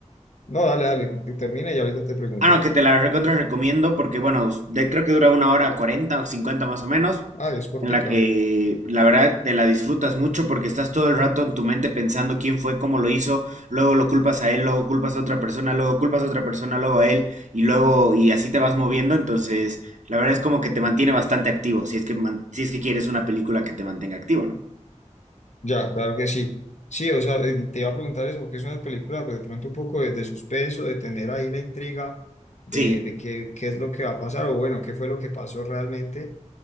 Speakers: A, on the left; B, on the right.
A: No, dale, dale, termina y ahorita te pregunto.
B: Ah, no, que te la recontra recomiendo porque, bueno, de- creo que dura una hora cuarenta o cincuenta más o menos,
A: Ah, es cortica.
B: en la que la verdad te la disfrutas mucho porque estás todo el rato en tu mente pensando quién fue, cómo lo hizo, luego lo culpas a él, luego culpas a otra persona, luego culpas a otra persona, luego a él y luego y así te vas moviendo, entonces la verdad es como que te mantiene bastante activo, si es que man- si es que quieres una película que te mantenga activo, ¿no?
A: Ya, claro que sí. Sí, o sea, eh, te iba a preguntar eso, porque es una película, pero de pronto un poco de, de suspenso, de tener ahí la intriga de,
B: Sí.
A: de qué, qué es lo que va a pasar, o bueno, qué fue lo que pasó realmente.